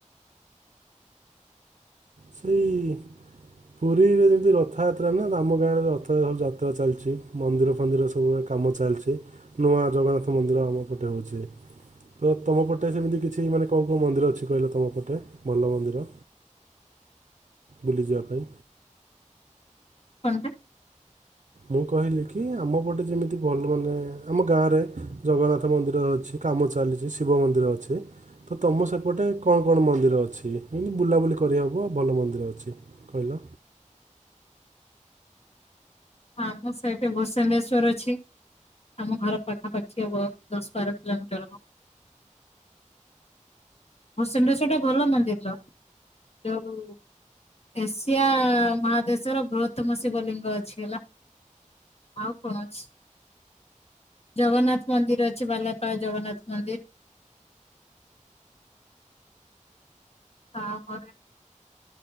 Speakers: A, on the right; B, on the left.
A: ସେଇ ପୁରୀରେ ଯେମିତି ରଥଯାତ୍ରା ନା ଆମ ଗାଁରେ ରଥ ସ ଯାତ୍ରା ଚାଲିଛି ମନ୍ଦିର ଫନ୍ଦିର ସବୁ ସବୁରେ କାମ ଚାଲିଛି ନୂଆ ଜଗନ୍ନାଥ ମନ୍ଦିର ଆମ ଏପଟେ ହଉଛି। ତ ତମ ପଟେ ସେମିତି କିଛି ମାନେ କୋଉ କୋଉ ମନ୍ଦିର ଅଛି କହିଲ ତମ ପଟେ ଭଲ ମନ୍ଦିର। ବୁଲିଯିବା ପାଇଁ।
B: କଣ୍ଟା
A: ମୁଁ କହିଲି କି ଆମ ପଟେ ଯେମିତି ଭଲ ମାନେ ଆମ ଗାଁରେ ଜଗନ୍ନାଥ ମନ୍ଦିର ଅଛି। କାମ ଚାଲିଛି ଶିବ ମନ୍ଦିର ଅଛି। ତ ତମ ସେପଟେ କଣ କଣ ମନ୍ଦିର ଅଛି ଏମିତି ବୁଲାବୁଲି କରିବାକୁ ଆଉ ଭଲ ମନ୍ଦିର ଅଛି। କହିଲ।
B: ଆମ ସାଇଟ୍ ରେ ଭୂସଣ୍ଡେଶ୍ଵର ଅଛି। ଆମ ଘର ପାଖାପାଖି ହବ ଦଶ ବାର କିଲୋମିଟର ହବ। ଭୂସଣ୍ଡେଶ୍ୱର ଟା ଭଲ ମନ୍ଦିର ଯୋଉ ଏସିଆ ମହାଦେଶର ବୃହତ୍ତମ ଶିବଲିଙ୍ଗ ଅଛି ହେଲା। ଆଉ କଣ ଅଛି ଜଗନ୍ନାଥ ମନ୍ଦିର ଅଛି ବାଲାପାଳ ଜଗନ୍ନାଥ ମନ୍ଦିର। ତାପରେ